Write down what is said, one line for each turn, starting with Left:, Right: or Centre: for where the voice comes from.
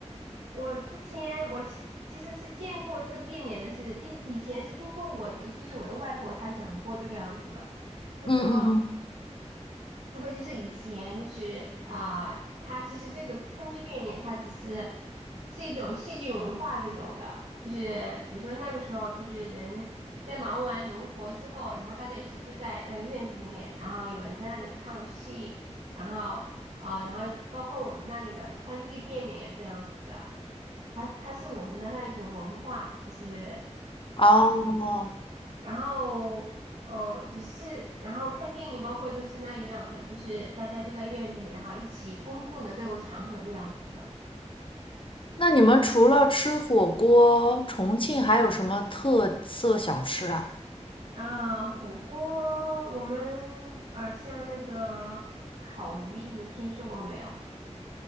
Right: 我之前我其实其实是见过这个变脸的事，并以前是听过我就就是我的外婆她讲过这个样子的。她说。
Left: 嗯嗯嗯。
Right: 他说就是以前就是啊、他其实这个川剧变脸，它只是是一种戏剧文化这种的，就是比如说那个时候就是人在忙完农活之后，然后大家一起坐在那个院子里面，然后有人在那里唱戏，然后啊、然后包括我们那里的川剧变脸这样子的，它它是我们的那一种文化，就是。
Left: 哦，
Right: 然后哦，只是然后看电影，包括都是那一样的，就是大家坐在院子里，然后一起公共的这种场合这样子的。
Left: 那你们除了吃火锅，重庆还有什么特色小吃啊？
Right: 啊、火锅我们呃像那个烤鱼，你听说过没有？